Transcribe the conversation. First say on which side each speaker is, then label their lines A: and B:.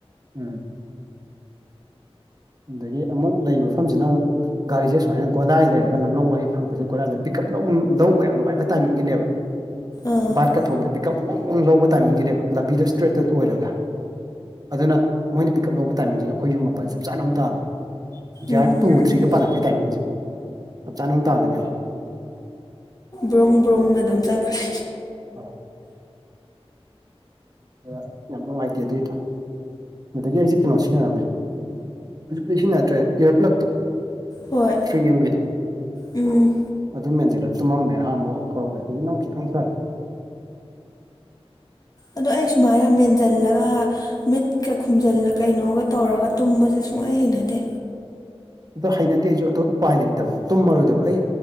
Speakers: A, on the right (about 40°); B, on the left (about 35°).
A: ꯎꯝ꯫ ꯑꯗꯒꯤ ꯑꯃꯨꯛ ꯂꯩꯕ ꯃꯐꯝꯁꯤꯅ ꯑꯃꯨꯛ ꯒꯥꯔꯤꯁꯦ ꯁꯨꯃꯥꯏꯅ ꯒꯣꯂꯥꯏ ꯂꯩꯔꯒ ꯂꯝꯂꯣꯡ ꯃꯔꯤ ꯐꯪꯕꯁꯦ ꯒꫭꯂꯥꯏ ꯄꯤꯀꯥꯞ ꯂꯧ ꯂꯧꯕ ꯌꯥꯝꯅ ꯅꯨꯡꯉꯥꯏꯕ ꯇꯥꯏꯃꯤꯡꯁꯤꯅꯦꯕ꯫
B: ꯑꯥ ꯑꯣ
A: ꯕꯥꯔꯠꯀꯥ ꯊꯧꯕꯗ ꯄꯤꯛꯀꯞ ꯋꯥꯡ ꯋꯥꯡ ꯂꯧꯕ ꯇꯥꯏꯃꯤꯡꯁꯤꯅꯦꯕ ꯂꯝꯕꯤꯗ ꯏꯁꯇ꯭ꯔꯦꯠꯀꯥ ꯂꯣꯏꯔꯒ꯫ ꯑꯗꯨꯅ ꯃꯣꯏꯅ ꯄꯤꯛ ꯀꯞ ꯂꯧꯕ ꯇꯥꯏꯃꯤꯡꯁꯤꯅ ꯑꯩꯈꯣꯏꯒꯤ ꯌꯨꯝ ꯃꯄꯥ ꯆꯞ ꯆꯥ ꯑꯃꯨꯛ ꯇꯥꯕꯥ꯫ ꯒꯌꯥꯔ
B: ꯎꯝ
A: ꯇꯨ ꯊ꯭ꯔꯤꯒꯥ ꯄꯥꯜꯂꯛꯄꯒꯤ ꯇꯥꯏꯃꯤꯡꯁꯦ ꯆꯞ ꯆꯥꯅ ꯑꯃꯨꯛ ꯇꯥꯗꯣꯏꯅꯦꯕꯥ꯫
B: ꯕ꯭ꯔꫭꯡ ꯕ꯭ꯔꫭꯡꯅ ꯑꯗꯨꯝ ꯆꯠꯈ꯭ꯔꯦ꯫
A: ꯑꯧ꯫ ꯑꯥꯗꯨꯅ ꯌꯥꯝ ꯅꯨꯡꯉꯥꯏꯇꯦ ꯑꯗꯨꯏꯗꯣ꯫ ꯑꯗꯒꯤ ꯑꯩꯁꯦ ꯀꯩꯅꯣ ꯁꯤꯖꯤꯟꯅꯔꯝꯃꯦ ꯍꯧꯖꯤꯛꯄꯨꯂꯤ ꯁꯤꯖꯤꯟꯅꯗ꯭ꯔꯦ ꯏꯌꯔꯄ꯭ꯂꯛꯇꯣ꯫
B: ꯍꯣꯏ
A: ꯊ꯭ꯔꯤ ꯑꯦꯝꯒꯤꯗꯣ꯫
B: ꯎꯝ꯫
A: ꯑꯗꯨꯝ ꯃꯦꯟꯖꯜꯂ ꯇꯨꯝꯃꯝꯃꯦ ꯑꯍꯥꯟꯕ ꯍꯧꯔꯛꯄꯗ ꯍꯧꯖꯤꯛ ꯑꯃꯨꯛ ꯈꯤꯇꯪ ꯐꯔꯦ꯫
B: ꯑꯗꯣ ꯑꯩ ꯁꯨꯃꯥꯏꯅ ꯃꯦꯟꯖꯤꯜꯂꯒ ꯃꯤꯠꯀꯥ ꯈꯨꯝꯖꯤꯜꯂ ꯀꯩꯅꯣꯒꯥ ꯇꯧꯔꯒ ꯇꯨꯝꯕꯁꯦ ꯁꯨꯡꯍꯩ ꯍꯩꯅꯗꯦ꯫
A: ꯑꯗꯣ ꯍꯩꯅꯗꯦ ꯑꯩꯁꯨ ꯑꯗꯨ ꯎꯄꯥꯏ ꯂꯩꯇꯕ ꯇꯨꯝꯃꯔꯣꯏꯗꯕ ꯑꯩ